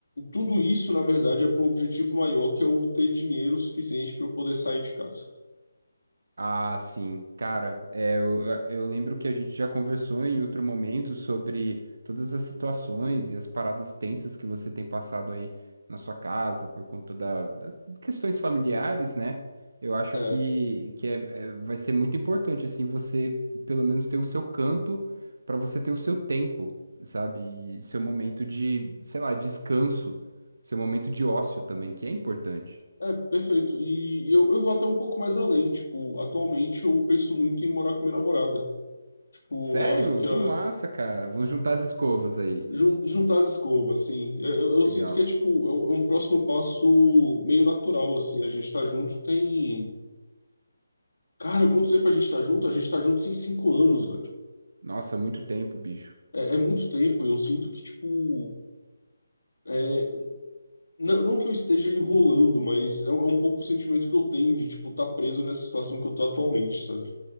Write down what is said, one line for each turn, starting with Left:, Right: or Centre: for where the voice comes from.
Left: tudo isso, na verdade, é para um objetivo maior, que é o ter dinheiro suficiente para eu poder sair de casa.
Right: Ah, sim. Cara, é, eu, eu lembro que a gente já conversou em outro momento sobre todas as situações e as paradas tensas que você tem passado aí na sua casa por conta da- das questões familiares, né? Eu acho
Left: É.
Right: que, que é, é- vai ser muito importante, assim, você pelo menos ter o seu canto para você ter o seu tempo, sabe? E seu momento de, sei lá, descanso, seu momento de ócio também, que é importante.
Left: É, perfeito. E eu, eu vou até um pouco mais além. Tipo, atualmente eu penso muito em morar com minha namorada. Tipo,
Right: Sério?
Left: eu acho que
Right: Que
Left: a,
Right: massa, cara. Vamos juntar as escovas aí.
Left: jun- juntar as escovas, assim. Eu, eu- eu sinto
Right: Legal.
Left: que é, tipo, é um, é um próximo passo meio natural, assim. A gente tá junto tem. Cara, quanto tempo a gente tá junto? A gente tá junto tem cinco anos, velho.
Right: Nossa, muito tempo, bicho.
Left: É, é muito tempo. Eu sinto que, tipo. É... Não, não que eu esteja enrolando, mas é, um- é um pouco o sentimento que eu tenho de, tipo, tá preso nessa situação que eu tô atualmente, sabe?